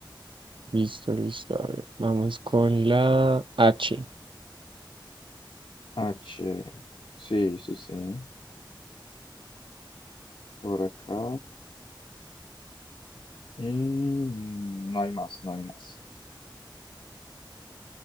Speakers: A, on the right; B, on the left.
A: Listo, listo. A ver, vamos con la H.
B: H. Sí, sí, sí. Por acá. Y no hay más, no hay más.